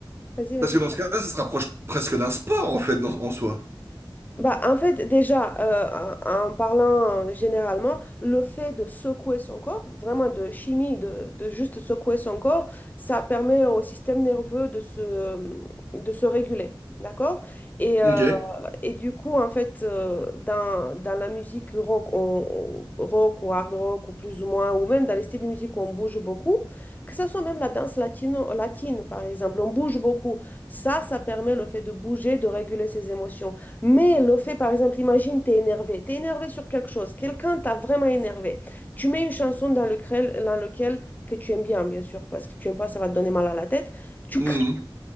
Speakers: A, on the left; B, on the right.
A: Vas-y, vas-y.
B: parce que dans ce cas-là, ça se rapproche presque d'un sport, en fait, dans- en soi.
A: Bah, en fait, déjà, euh, en en parlant euh, généralement, le fait de secouer son corps, vraiment de chimie, de, de juste secouer son corps, ça permet au système nerveux de se, de se réguler, d'accord? Et euh,
B: Ok.
A: et du coup, en fait, euh, dans, dans la musique rock, on- on- rock ou hard rock, ou plus ou moins, ou même dans les styles de musique où on bouge beaucoup, que ce soit même la danse latino, latine, par exemple, on bouge beaucoup. Ça, ça permet le fait de bouger, de réguler ses émotions. Mais le fait, par exemple, imagine, t'es énervé, t'es énervé sur quelque chose, quelqu'un t'a vraiment énervé. Tu mets une chanson dans lequel, dans lequel que tu aimes bien, bien sûr, parce que tu aimes pas, ça va te donner mal à la tête. Tu
B: Hmm.